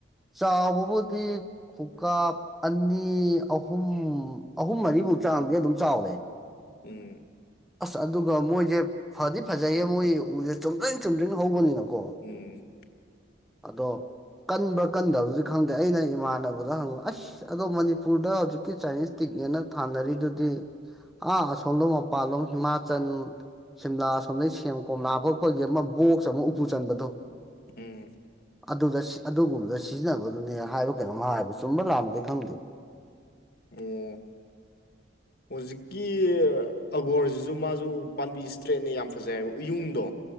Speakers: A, in the centre; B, on the left.
A: ꯆꯥꯎꯥꯕꯕꯨꯗꯤ ꯈꯨꯀꯥꯞ ꯑꯅꯤ ꯑꯍꯨꯝ ꯑꯍꯨꯝ ꯃꯔꯤꯃꯨꯛ ꯆꯥꯡꯗꯤ ꯑꯗꯨꯝ ꯆꯥꯎꯋꯦ
B: ꯎꯝ
A: ꯑꯁ ꯑꯗꯨꯒ ꯃꯣꯏꯁꯦ ꯐꯗꯤ ꯐꯖꯩꯌꯦ ꯃꯣꯏ ꯎꯁꯦ ꯆꯨꯝꯗ꯭ꯔꯤꯡ ꯆꯨꯝꯗ꯭ꯔꯤꯡ ꯍꯧꯕꯅꯤꯅꯀꯣ
B: ꯎꯝ
A: ꯑꯗꯣ ꯀꯟꯕ꯭ꯔꯥ ꯀꯟꯗꯕꯗꯤ ꯈꯪꯗꯦ ꯑꯩꯅ ꯏꯃꯥꯟꯅꯕꯗ ꯍꯪꯕ ꯑꯁ ꯑꯁ ꯑꯗꯣ ꯃꯅꯤꯄꯨꯔꯗ ꯍꯧꯖꯤꯛꯀꯤ ꯆꯥꯏꯅꯤꯁ ꯇꯤꯛꯅꯦꯅ ꯊꯥꯅꯔꯤꯗꯨꯗꯤ ꯑꯥ ꯑꯁꯣꯝꯗ ꯄꯥꯜꯂꯣꯝ ꯍꯤꯃꯥꯆꯜ ꯁꯤꯝꯂꯥ ꯁꯣꯝꯗꯩ ꯁꯦꯝ ꯀꯣꯝꯂꯥ ꯐꯛ ꯄꯒꯤ ꯑꯃ ꯕꯣꯛꯁ ꯑꯃ ꯎꯄꯨ ꯆꯟꯕꯗꯣ
B: ꯎꯝ
A: ꯑꯗꯨꯗ ꯑꯗꯨꯒꯨꯝꯕꯗ ꯁꯤꯖꯤꯟꯅꯕꯗꯨꯅꯦ ꯍꯥꯏꯕ ꯀꯩꯅꯣꯝꯃ ꯍꯥꯏꯕ ꯆꯨꯝꯕ ꯂꯥꯟꯕꯔꯗꯤ ꯈꯪꯗꯦ
B: ꯑꫭ ꯍꯧꯖꯤꯛꯀꯤ ꯑꯒꯣꯔꯖꯤꯖꯨ ꯃꯥꯁꯨ ꯄꯥꯝꯕꯤ ꯏꯁꯇ꯭ꯔꯦꯠꯅꯦ ꯌꯥꯝ ꯐꯖꯩ ꯍꯥꯏꯕ ꯎꯌꯨꯡꯗꯣ